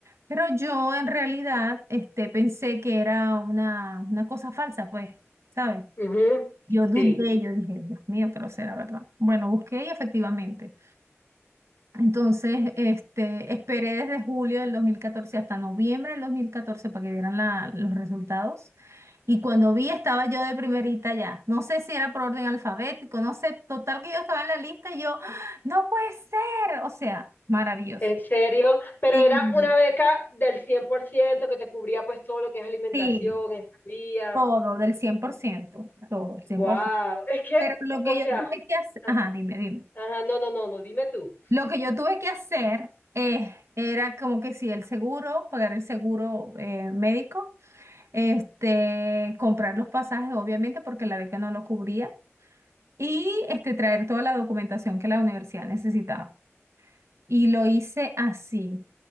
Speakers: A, on the right; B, on the left.
A: Pero yo en realidad este, pensé que era una, una cosa falsa, pues, ¿sabes?
B: ujú,
A: Yo dudé,
B: Sí.
A: yo dije, Dios mío, pero será verdad. Bueno, busqué y efectivamente. Entonces, este, esperé desde julio del 2014 hasta noviembre del 2014 para que dieran la- los resultados. Y cuando vi, estaba yo de primerita ya. No sé si era por orden alfabético, no sé. Total que yo estaba en la lista y yo, ¡Ah! no puede ser. O sea, maravilloso.
B: En serio, pero
A: Sí,
B: era una beca del 100% que te cubría pues todo lo que es alimentación,
A: sí,
B: estadía.
A: todo, del 100% todo, el cien
B: Wow,
A: por ciento
B: es que,
A: Pero lo
B: o
A: que
B: sea,
A: yo tuve que hacer,
B: ah,
A: ajá, dime, dime.
B: ajá, no, no, no, no, dime tú.
A: Lo que yo tuve que hacer eh, era como que sí, el seguro, pagar el seguro eh, médico. este, comprar los pasajes, obviamente, porque la beca no lo cubría, y este, traer toda la documentación que la universidad necesitaba. Y lo hice así.